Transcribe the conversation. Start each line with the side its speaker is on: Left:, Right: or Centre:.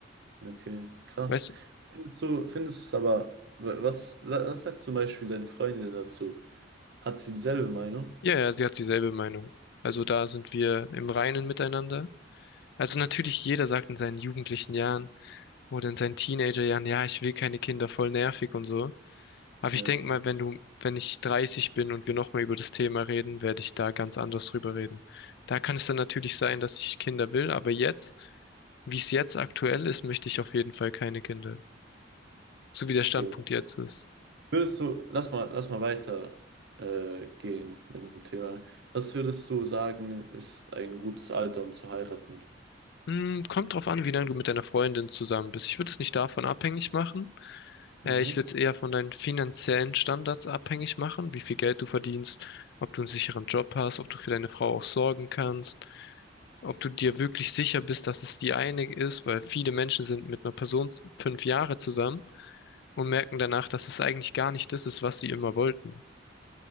Right: okay, krass.
Left: Weißt du?
Right: Findest du, findest du es aber, wa- was, was sagt zum Beispiel deine Freundin dazu? Hat sie dieselbe Meinung?
Left: Ja, ja, sie hat dieselbe Meinung. Also da sind wir im Reinen miteinander. Also natürlich, jeder sagt in seinen jugendlichen Jahren, Oder in seinen Teenagerjahren, ja, ja, ich will keine Kinder, voll nervig und so. Aber
Right: Ja.
Left: ich denke mal, wenn du, wenn ich 30 bin und wir nochmal über das Thema reden, werde ich da ganz anders drüber reden. Da kann es dann natürlich sein, dass ich Kinder will, aber jetzt, wie es jetzt aktuell ist, möchte ich auf jeden Fall keine Kinder. So wie der Standpunkt
Right: okay.
Left: jetzt ist.
Right: Würdest du, lass mal, lass mal weiter äh, gehen mit dem Thema. Was würdest du sagen, ist ein gutes Alter, um zu heiraten?
Left: Hm, kommt drauf an, wie lange du mit deiner Freundin zusammen bist. Ich würde es nicht davon abhängig machen.
Right: Mhm.
Left: Äh, ich würde es eher von deinen finanziellen Standards abhängig machen, wie viel Geld du verdienst, ob du einen sicheren Job hast, ob du für deine Frau auch sorgen kannst, ob du dir wirklich sicher bist, dass es die eine ist, weil viele Menschen sind mit einer Person fünf Jahre zusammen und merken danach, dass es eigentlich gar nicht das ist, was sie immer wollten.